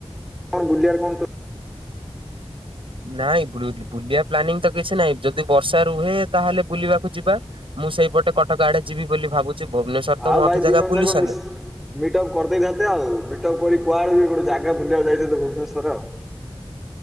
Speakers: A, in the centre; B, on the right (about 60°).
A: କଣ ବୁଲ କଣ ନ୍ତୁ
B: ନାଇଁ ବୁଲିବା ପ୍ଲାନିଂ ତ କିଛି ନହିଁ। ଯଦି ବର୍ଷା ରୁହେ ତାହେଲେ ବୁଲିବାକୁ ଯିବା। ମୁଁ ସେଇପଟେ କଟକ ଆଡେ ଯିବି ବୋଲି ଭାବୁଛି ଭୁବନେସ୍ୱର
A: ହଁ
B: ତ ବହୁତ
A: ଭାଇ
B: ଜାଗା
A: ଦି ଜଣ
B: ବୁଲି
A: ଯାକ
B: ସାରିଲିଣି
A: ମିଶି ମିଟଅପ୍ କରିଦେଇଥାନ୍ତେ ଆଉ ମିଟଅପ କରି କୁଆଡେ ବି ଗୋଟେ ଜାଗା ବୁଲିବାକୁ ଯାଇଥାନ୍ତେ ଭୁବନେଶ୍ୱର ଆଉ।